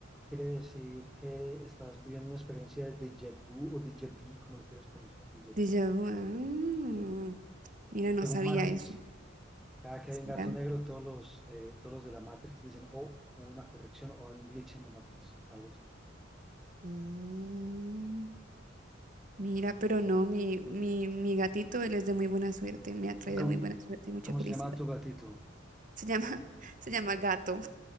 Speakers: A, in the centre; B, on the right.
A: quiere decir que estás viviendo una experiencia de déjà vu o déjà vu, como lo quieras pronunciar, déjà vu,
B: Déjà vu. ah,
A: déjà vu,
B: mira, no
A: según
B: sabía
A: Matrix.
B: eso.
A: Cada que
B: ¿Será?
A: hay un gato negro, todos los, eh, todos los de la Matrix dicen, oh, hubo una corrección o hay un glitch en la Matrix, algo así.
B: Mm, mira, pero no, mi, mi, mi gatito, él es de muy buena suerte, me ha traído
A: ¿Y cómo,
B: muy buena suerte y mucha
A: cómo
B: felicidad.
A: se llama tu gatito?
B: Se llama, <laughs> se llama Gato.